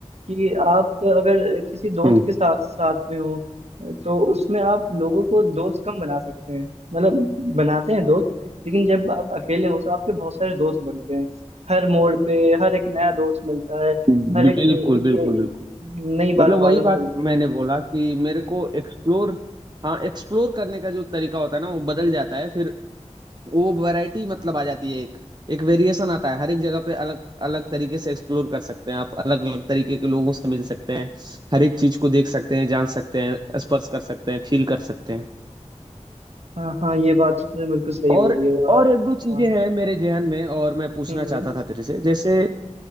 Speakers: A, on the right (about 65°); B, on the right (about 35°).
A: कि आप अगर किसी दोस्त
B: हम्म
A: के साथ साथ में हो तो उसमें आप लोगों को दोस्त कम बना सकते हैं मतलब बनाते हैं दोस्त लेकिन जब आप अकेले हो तो आपके बहुत सारे दोस्त बनते हैं हर मोड़ पे हर एक नया दोस्त मिलता है
B: बिल्कुल
A: हर एक, एक,
B: बिल्कुल
A: एक
B: बिल्कुल
A: नई बात
B: मतलब
A: मालूम
B: वही बात
A: चलती
B: मैंने
A: है
B: बोला कि मेरे को एक्सप्लोर हाँ एक्सप्लोर करने का जो तरीका होता है ना वो बदल जाता है फिर वो वैरायटी मतलब आ जाती है एक एक वेरिएशन आता है हर एक जगह पे अलग अलग तरीके से एक्सप्लोर कर सकते हैं आप अलग अलग तरीके के लोगों से मिल सकते हैं हर एक चीज को देख सकते हैं जान सकते हैं स्पर्श कर सकते हैं फील कर सकते हैं
A: हाँ हाँ ये बात तुमने बिल्कुल सही
B: और
A: बोली है यार
B: और एक दो चीजें
A: हाँ
B: हैं मेरे जहन में और मैं पूछना
A: हम्म
B: चाहता
A: हम्म
B: था तेरे से जैसे